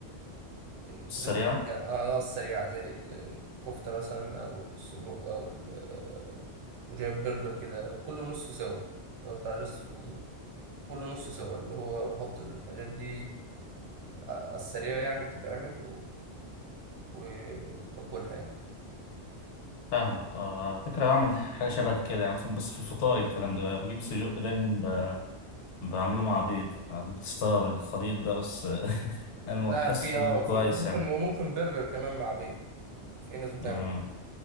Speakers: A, on the right; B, on the left.
A: الحاجات
B: السريعة
A: اللي هي اه آه، السريعة زي ال- الكفتة مثلا أو السجق أو ال- آه، وجايب برجر كده كله نص سوا اللي هو بتاع جاست فروزن كله نص سوا اللي هو بحط الحاجات دي آه، على السريع يعني بتتعمل و- وباكلها يعني
B: فاهمك اه فكرة بعمل حاجة شبه كده يعني مثلا بس في الفطار الكلام ده بقى بجيب سجق دايما بعمله مع بيض يعني ممكن تستغرب الخليط ده بس <laughs> انا
A: لا
B: بحسه
A: في اه
B: كويس
A: في وممكن
B: يعني
A: وممكن برجر كمان مع بيض في ناس بتعمل
B: امم
A: كده